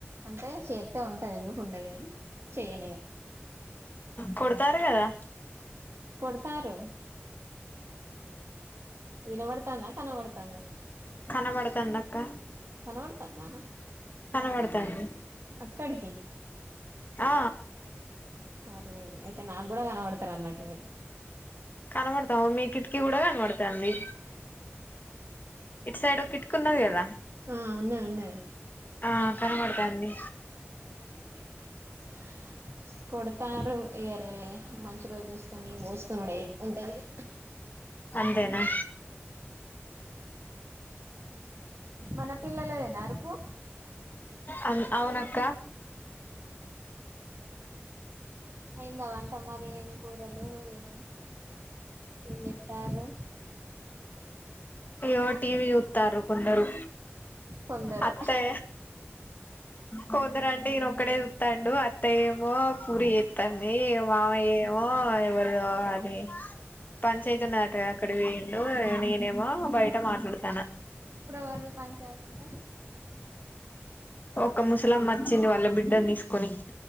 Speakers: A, on the right; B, on the left.
A: అంటే చెత్తే ఉంటది ఎందుకుండదు కానీ చేయనిగా
B: కుడతారు కదా
A: కకుడతారు వినబడతాంద కనబడతాంద
B: కనబడతాంది అక్క
A: కనబడతాందా
B: కనబడతాంది
A: అక్కడికి
B: ఆ
A: పర్లేదు అయితే నాకు కూడా కనపడతారు అన్నట్టు మీరు
B: కనబడతాము మీ కిటికీ కూడా కనబడతాండి ఇటు సైడ్ ఒక ఇట్కున్నది కదా
A: ఆ ఉన్నది ఉన్నది
B: ఆ కనబడుతాంది
A: <inaudible> కొడతారు ఇయరే మంచి రోజు చూసుకొని పోసుకొననుడె ఉంటుంది
B: అంతేనా
A: మన పిల్లలదేనా అరుపు
B: అ అవున అక్క
A: అయింద వంట మరి ఏం కూరలు ఏం ఏం చెత్తార్ర
B: అయ్యో టి వి చుత్తారు కొందరు
A: కొందరు
B: అత్తే కొందరు అంటే ఈయనొక్కడే చుత్తండు అత్తయ్యెమో పూరి చేత్తాంది మావయ్య ఏమో ఎవరు అది. పంచాయిత ఉన్నదటటు కదా అక్కడ వేయిండు నేనేమో బయట మాట్లాడతాన.
A: ఇప్పుడు ఎవరిది పంచాయితీ ఇంత.
B: ఒక ముసలమ్మ వచ్చింది వాళ్ళ బిడ్డన్ తీసుకొని.